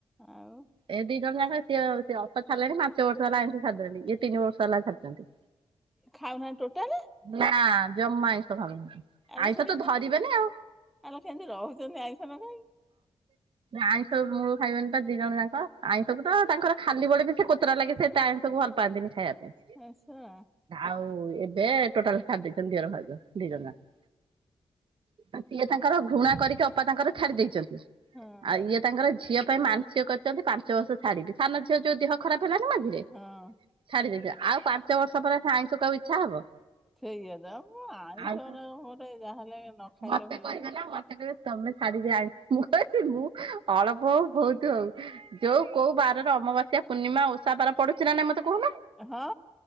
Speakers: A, in the centre; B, on the right.
A: ଆଉ?
B: ଏ ଦି ଜଣ ଯାକ ସିଏ ସିଏ ଅପା ଛାଡ଼ିଲେଣି ପାଞ୍ଚ ବର୍ଷ ହେଲା ଆଇଁଷ ଛାଡ଼ିଦେଲେଣି ଇଏ ତିନି ବର୍ଷ ହେଲା ଛାଡିଛନ୍ତି।
A: ଖାଉନାହାନ୍ତି ଟୋଟାଲେ।
B: ନା ଜମା ଆଇଁ ସଖାଳୁ
A: ଆଲୋ
B: ଆଇଁଷ
A: ସେ କେମିତି
B: ତ ଧରିବେନି ଆଉ।
A: ଆଲୋ କେମିତି ରହୁଛନ୍ତି ଆଇଁଷ ନ ଖାଇକି
B: ଆଇଁଷ ମୁଳୁ ଖାଇବାନି ଦି ଜଣ ଯାଙ୍କ ଆଇଁଷକୁ ତ ତାଙ୍କର ଖାଲି ବଳେ ବି ସେ କୋତରା ଲାଗେ ସେ ତା ଆଇଁଷକୁ ଭଲ ପାଆନ୍ତିନି ଖାଇବା ପାଇଁ।
A: ଆଛା।
B: ଆଉ ଏବେ ଟୋଟାଲ ଛାଡି ଦେଇେଛନ୍ତି ଦିଅର ଭାଉଜ ଦି ଜଣ ଜାକ। ସିଏ ତାଙ୍କର ଘୃଣା କରିକି ଅପା ତାଙ୍କର ଛାଡି ଦେଇଛନ୍ତି।
A: ହଁ
B: ଆଉ ଇଏ ତାଙ୍କର ଝିଅ ପାଇଁ ମାନ୍‌ସିକ କରିଛନ୍ତି ପାଞ୍ଚ ବର୍ଷ ଛାଡିବି ସାନ ଝିଅ ଯଦି ଦେହ ଖରାପ ହେଲାଣି ମଝିରେ
A: ହଁ।
B: ଛାଡି ଦେଇେଚେ ଆଉ ପାଞ୍ଚ ବର୍ଷ ପରେ ଆଇଁଷ ଖାଇବାକୁ ଆଉ ଇଚ୍ଛା ହବ।
A: ସେଇଆ ଯା ମୁଁ ଆଇଁଷ
B: ଆଉ
A: ଉରାକ ଗୋଟେ ଯାହାହେଲେ ନ ଖାଇଲେ
B: ମତେ
A: ଭଲ
B: କହିବେ
A: ଲାଗିବ।
B: ନା ମତେ ତମେ ଛାଡ଼ି ଦିଅ ଆଇଁଷ ମୁଁ କହିଲି ମୁଁ ଅଳପ ହଉ ବହୁତ୍ ତୁ ଓଉ ଯୋଉ କୋଉ ବାରର ଅମାବାସ୍ୟା ପୂର୍ଣ୍ଣିମା ଓସା ବାର ପଡୁଚିନା ନା ମତେ କହୁନୁ।
A: ହଁ।